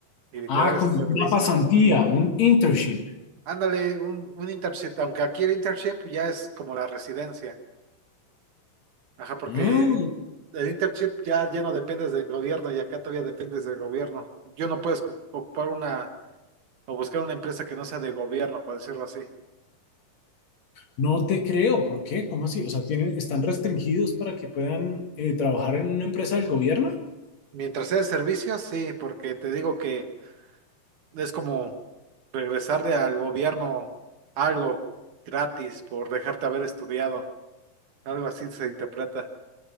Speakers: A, on the right; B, on the left.
A: y literal
B: Ah,
A: es
B: como
A: servicio.
B: una pasantía, un internship.
A: Ándale, un, un internship, aunque aquí el internship ya es como la residencia. Ajá, porque
B: Ah,
A: el internship ya, ya no dependes del gobierno y acá todavía dependes del gobierno. Yo no puedes cu- ocupar una o buscar una empresa que no sea de gobierno, por decirlo así.
B: no te creo. ¿Por qué? ¿Cómo así? O sea, tienen, están restringidos para que puedan eh, trabajar en una empresa del gobierno.
A: Mientras sea de servicios, sí, porque te digo que es como regresarle al gobierno algo gratis por dejarte haber estudiado. Algo así se interpreta.